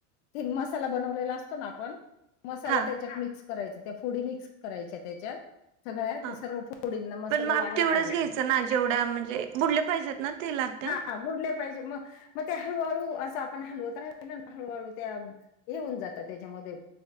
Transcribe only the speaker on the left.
ते मसाला बनवलेला असतो ना आपण मसाला
त्याच्यात मिक्स करायचा त्या फुडी मिक्स करायच्या त्याच्यात सगळ्या
ते सर्व फोडींना मसाला
लागला
पाहिजे
त्या
हाा बडले पाहिजे मग मग त्या हळूहळू असं आपण हलव तर हळूहळू त्या येऊन जातात त्याच्यामध्ये